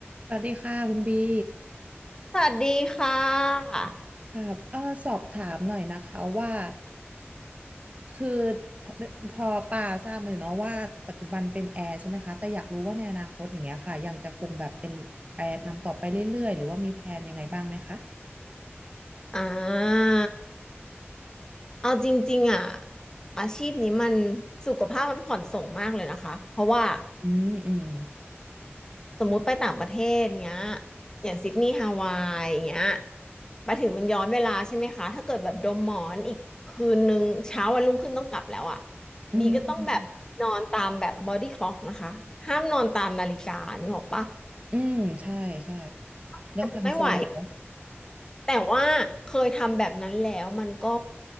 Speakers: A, on the right; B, on the left.
A: สวัสดีค่ะคุณบี
B: สวัสดีค่ะ
A: ครับเออสอบถามหน่อยนะคะว่าคือพอพอป่าทราบมาอยู่เนาะว่าปัจจุบันเป็นแอร์ใช่ไหมคะแต่อยากรู้ว่าในอนาคตอย่างเงี้ยค่ะยังจะคงแบบเป็นแอร์ทำต่อไปเรื่อยๆหรือว่ามีแพลนยังไงบ้างไหมคะ
B: อ่าเอาจริงๆอ่ะอาชีพนี้มันสุขภาพมันผ่อนส่งมากเลยนะคะ เพราะว่า
A: อืมอืม
B: สมมุติไปต่างประเทศเงี้ยอย่างซิดนีย์ฮาวายเงี้ยไปถึงมันย้อนเวลาใช่ไหมคะถ้าเกิดแบบดมหมอนอีกคืนนึงเช้าวันรุ่งขึ้นต้องกลับแล้วอ่ะ
A: อืม
B: บีก็ต้องแบบนอนตามแบบบอดี้คล็อกนะคะห้ามนอนตามนาฬิกานึกออกปะ
A: อืมใช่ใช่
B: มันไม่ไหว
A: ยังทำโซนอยู่เนาะ
B: แต่ว่าเคยทำแบบนั้นแล้วมันก็